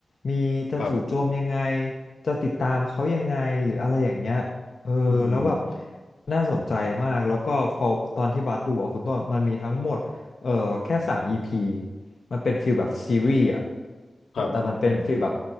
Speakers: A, on the left; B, on the left.
A: มีจะจู่โจมยังไง
B: ครับ
A: จะติดตามเขายังไงหรืออะไรอย่างเงี้ย เออแล้วแบบ
B: อืม
A: น่าสนใจมากแล้วก็พอตอนที่บัสดูอะคุณต้นมันมีทั้งหมดเออแค่สามอีพีมันเป็นฟิลแบบซีรีส์อะ
B: ครับอืม
A: แต่มันเป็นฟิลแบบ